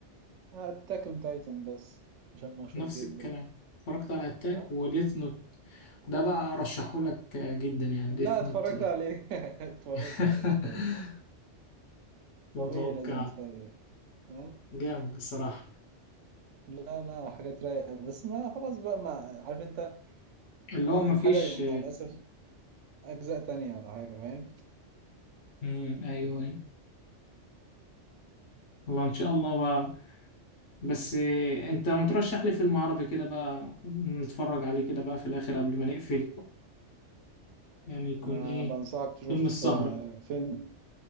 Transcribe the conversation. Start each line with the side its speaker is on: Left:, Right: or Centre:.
Right: اتاك اون تايتن بس عشان مشهور
Left: نفس
Right: جدا
Left: الكلام اتفرجت على اتاك
Right: ها
Left: وديث نوت ده بقى ارشحهولك جدا يعني
Right: لا
Left: ديث
Right: اتفرجت
Left: نوت ده
Right: عليه <laughs> اتفرجت
Left: <laughs>
Right: عليه اتفرجت عليه.
Left: متوقع
Right: طبيعي لازم اتفرج عليه ها
Left: جامد بصراحة
Right: لا لا حاجات رايقه بس ما خلاص بقى ما عارف انت
Left: اللي
Right: آه،
Left: هو مفيش
Right: الحاجة مع الأسف أجزاء تانية ولا حاجة فاهم
Left: مم. ايوه ايوه والله ان شاء الله بقى بس انت مترشح لي فيلم عربي كده بقى نتفرج عليه كده بقى في الاخر قبل ما نقفل يعني يكون
Right: أنا
Left: ايه
Right: بنصحك تشوف
Left: فيلم السهرة
Right: آه، فيلم